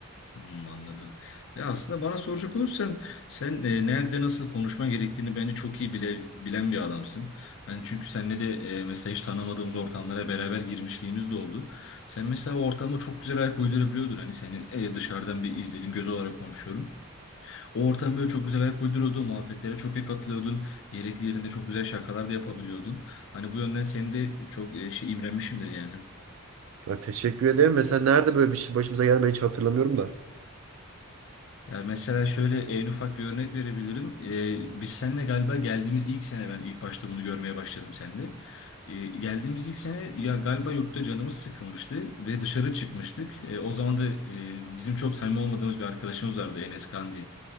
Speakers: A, on the left; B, on the right.
A: Hmm, anladım. Ve aslında bana soracak olursan sen e, nerede nasıl konuşman gerektiğini bence çok iyi bile bilen bir adamsın. Hani çünkü seninle de e, mesela hiç tanımadığımız ortamlara beraber girmişliğimiz de oldu. Sen mesela o ortama çok güzel ayak uydurabiliyordun. Hani seni e, dışarıdan bir izlediğim göz olarak konuşuyorum. O ortam böyle çok güzel ayak uyduruyordun. Muhabbetlere çok iyi katılıyordun. Gerekli yerinde çok güzel şakalar da yapabiliyordun. Hani bu yönden seni de çok e, şey imrenmişimdir yani.
B: Ya teşekkür ederim. Mesela nerede böyle bir şey başımıza geldi ben hiç hatırlamıyorum da.
A: Ya mesela şöyle en ufak bir örnek verebilirim. Ee, biz seninle galiba geldiğimiz ilk sene ben ilk başta bunu görmeye başladım sende. Ee, geldiğimiz ilk sene ya galiba yurtta canımız sıkılmıştı ve dışarı çıkmıştık. Ee, o zaman da e, bizim çok samimi olmadığımız bir arkadaşımız vardı Enes Kan diye.